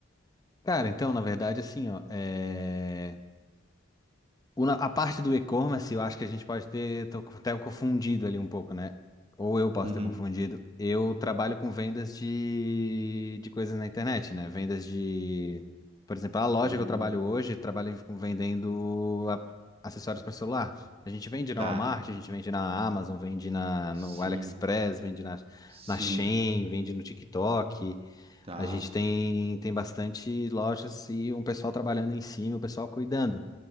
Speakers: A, on the left; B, on the right.
A: Cara, então, na verdade, assim, ó, é... O na- A parte do e-commerce, eu acho que a gente pode ter tô co- até confundido ali um pouco, né? Ou eu posso
B: Uhum.
A: ter confundido. Eu trabalho com vendas de, de coisas na internet, né? Vendas de. Por exemplo, a loja
B: Hum,
A: que eu trabalho hoje, trabalho com vendendo a- acessórios para celular. A gente vende na
B: tá,
A: Walmart, a gente vende na Amazon, vende na,
B: sim,
A: no AliExpress, vende na,
B: sim,
A: na Shein, vende no TikTok.
B: tá,
A: A gente tem, tem bastante lojas e um pessoal trabalhando em cima, o pessoal cuidando,